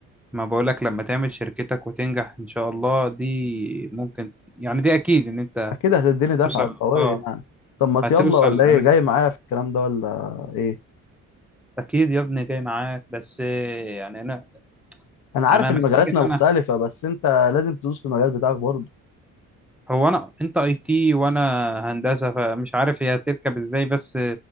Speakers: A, in the centre; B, on the left.
A: ما بقولك لما تعمل شركتك وتنجح ان شاء الله دي ممكن يعني دي اكيد ان انت
B: اكيد هتديني دفعه
A: توصل
B: قويه
A: اه
B: يعني طب ما
A: هتوصل
B: يلا ولا
A: الاماكن
B: ايه جاي معايا في الكلام ده ولا ايه
A: اكيد يا ابني جاي معاك بس يعني انا
B: انا عارف
A: انا
B: ان
A: محتاج
B: مجالاتنا
A: ان
B: مختلفه
A: انا
B: بس انت لازم تدوس في المجال بتاعك برضه
A: هو انا انت اي تي وانا هندسه فمش عارف هي هتركب ازاي بس